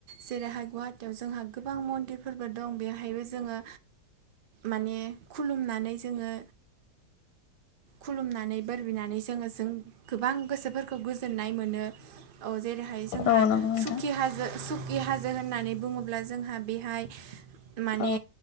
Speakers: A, on the right; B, on the left.
A: जेरैहाय गुवाहाटीयाव जोंहा गोबां मन्दिरफोरबो दं बेवहायबो जोङो माने खुलुमनानै जोङो खुलुमनानै बोर बिनानै जोङो जों गोबां गोसोफोरखौ गोजोननाय मोनो औ जेरैहाय जोंहा
B: औ नंगौ नोंथां
A: सुखि हाजो सु खि हाजो होननानै बुङोब्ला जोंहा बेहाय माने
B: औ